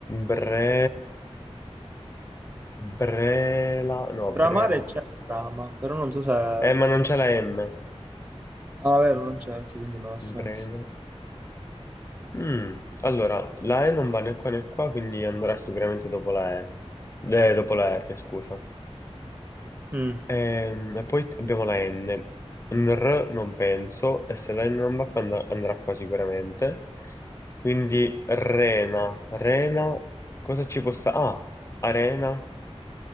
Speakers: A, on the left; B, on the right.
A: bre, brela, no,
B: Bramare
A: breva.
B: c'è Brama, però non so se... Ah,
A: Eh, ma non c'è la M.
B: vero, non c'è anche, quindi non ha senso.
A: Brena. Mm, Allora, la E non va né qua né qua, quindi andrà sicuramente dopo la E. Eh, dopo la R, scusa.
B: Mm.
A: Ehm, E poi abbiamo la N. Un R non penso, e se la N non va qua and- andrà qua sicuramente. Quindi Rena, Rena, cosa ci può stare? Ah, Arena.